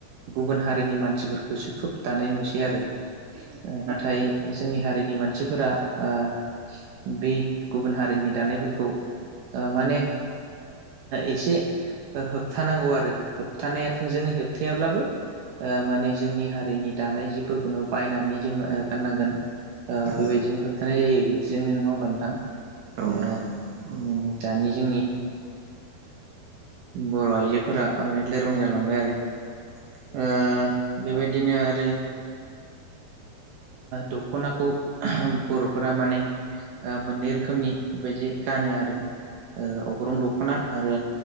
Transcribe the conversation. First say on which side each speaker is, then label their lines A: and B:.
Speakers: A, on the right; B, on the right.
A: गुबुन हारिनि मानसिफोरखौसो खोब दानाय नुसै आरो नाथाय जोंनि हारिनि मानसिफोरा आ बे गुबुन हारिनि दानायफोरखौ ओ माने एसे होबथानांगौ आरो होबथानाया थोंजोङै होबथायाब्लाबो ओ माने जोंनि हारिनि दानाय जिफोरखौनो बायनानै जोङो गाननांगोन
B: औ
A: बेबायदिनो होबथानाय जायो बिदिजोंनो नङा होमबा नोंथां
B: नोंथां
A: ओ
B: नंगौ
A: उम दानि जोंनि बर' आइजोफोरा माने लोरबां जालांबाय आरो ओ
B: औ
A: बेबायदिनो आरो दख'नाखौ ओ बर'फोरा माने मोननै रोखोमनि बे बायदि गानो आरो ओ अग्रं दख'ना आरो